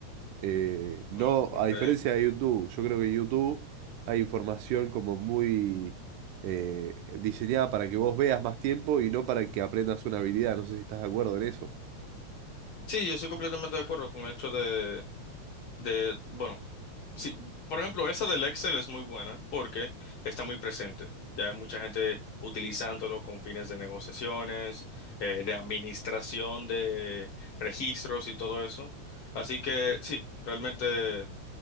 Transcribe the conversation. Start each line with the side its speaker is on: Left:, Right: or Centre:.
Right: Eh, no,
Left: Mm, Okay.
Right: a diferencia de YouTube, yo creo que en YouTube hay información como muy eh, diseñada para que vos veas más tiempo y no para que aprendas una habilidad. No sé si estás de acuerdo en eso.
Left: Sí, yo soy completamente de acuerdo con el hecho de, de, bueno, sí, por ejemplo, esa del Excel es muy buena porque está muy presente. Ya hay mucha gente utilizándolo con fines de negociaciones, eh, de administración de registros y todo eso. Así que sí, realmente